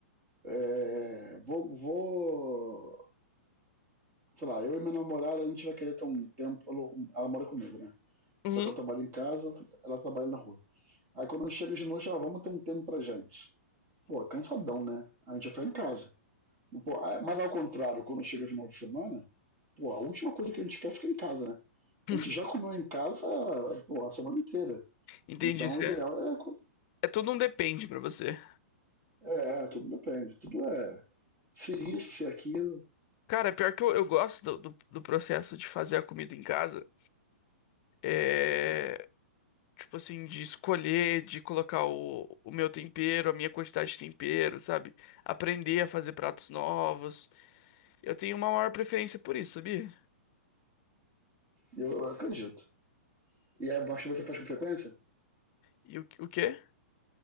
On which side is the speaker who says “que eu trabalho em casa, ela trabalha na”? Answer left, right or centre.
Right